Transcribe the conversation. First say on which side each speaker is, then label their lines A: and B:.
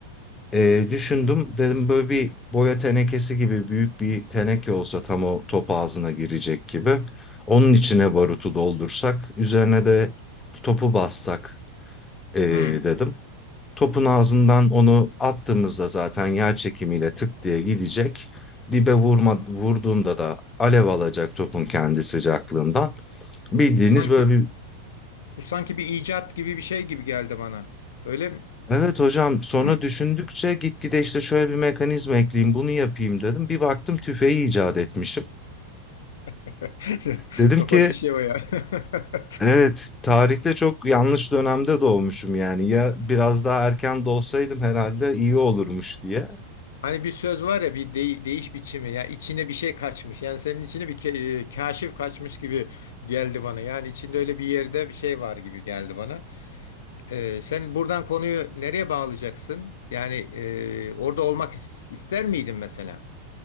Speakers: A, on the left (about 15°); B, on the left (about 60°).
A: Ee, düşündüm dedim böyle bir boya tenekesi gibi büyük bir teneke olsa tam o top ağzına girecek gibi. Onun içine barutu doldursak üzerine de topu bassak ee,
B: Hı.
A: dedim. Topun ağzından onu attığımızda zaten yer çekimiyle tık diye gidecek. Dibe vurma, vurduğunda da alev alacak topun kendi sıcaklığından. Bildiğiniz
B: Bu sanki
A: böyle bir
B: bu sanki bir icat gibi bir şey gibi geldi bana. Öyle mi?
A: Evet hocam sonra
B: Değil mi?
A: düşündükçe gitgide işte şöyle bir mekanizma ekleyeyim bunu yapayım dedim. Bir baktım tüfeği icat etmişim.
B: <laughs>
A: Dedim
B: Çok
A: ki
B: hoş bir şey o ya. <laughs>
A: evet tarihte çok yanlış dönemde doğmuşum yani ya biraz daha erken doğsaydım herhalde iyi olurmuş diye.
B: Hani bir söz var ya bir dey- değiş biçimi ya içine bir şey kaçmış. Yani senin içine bir ke- e, kaşif kaçmış gibi geldi bana. Yani içinde öyle bir yerde bir şey var gibi geldi bana. Ee, sen buradan konuyu nereye bağlayacaksın? Yani e, orada olmak is- ister miydin mesela?